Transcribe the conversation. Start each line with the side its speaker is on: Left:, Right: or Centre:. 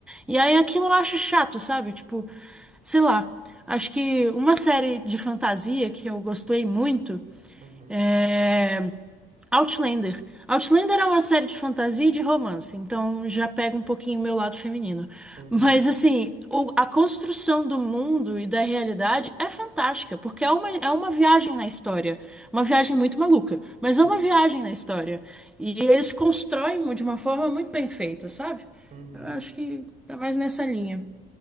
Centre: E aí aquilo eu acho chato, sabe? Tipo, sei lá. Acho que uma série de fantasia que eu gostei muito.
Right: uhum,
Centre: é, Outlander. Outlander é uma série de fantasia e de romance, então já pega um pouquinho o meu lado feminino.
Right: uhum,
Centre: Mas, assim, o- a construção do mundo e da realidade é fantástica, porque é uma, é uma viagem na história. Uma viagem muito maluca, mas é
Right: uhum,
Centre: uma viagem na história. E eles constroem de uma forma muito bem feita, sabe?
Right: uhum.
Centre: Eu acho que tá mais nessa linha.